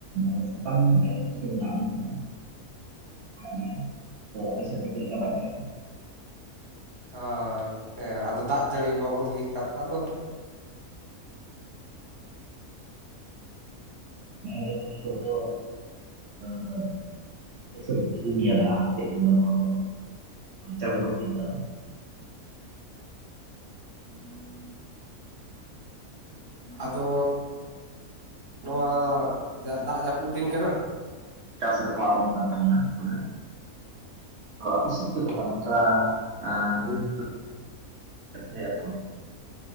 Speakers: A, on the right; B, on the right.
A: <unintelligible> <unintelligible> ᱛᱚ ᱟᱯᱮ ᱥᱮᱫ ᱫᱚ ᱪᱮᱫ ᱞᱮᱠᱟ ᱫᱟᱜ ᱡᱟᱲᱤ
B: ᱟᱨ ᱦᱮᱸ ᱟᱫᱚ ᱫᱟᱜ ᱡᱟᱹᱲᱤ ᱵᱟᱵᱚᱫ ᱜᱮ ᱠᱟᱛᱷᱟ ᱫᱚ ᱦᱟᱸᱜ
A: <inaudible> ᱮᱠᱫᱚᱢ ᱱᱤᱛᱳᱜ ᱫᱚ <unintelligible> ᱪᱟᱥᱵᱟᱥ ᱦᱩᱭ ᱠᱟᱱᱟ
B: <unintelligible> ᱟᱫᱚ ᱱᱚᱣᱟ ᱫᱟᱜ ᱡᱟᱹᱯᱩᱫ ᱫᱤᱱ ᱠᱟᱱᱟ
A: ᱪᱟᱥ ᱨᱮᱠᱚ ᱟᱬᱝᱜᱚᱱ ᱠᱟᱱ ᱛᱟᱵᱚᱱᱟ ᱛᱚᱵᱮ ᱟᱯᱮ ᱥᱮᱡ ᱪᱮᱫ ᱞᱮᱠᱟ ᱱᱚᱝᱠᱟ ᱮᱸ <unintelligible> <unintelligible>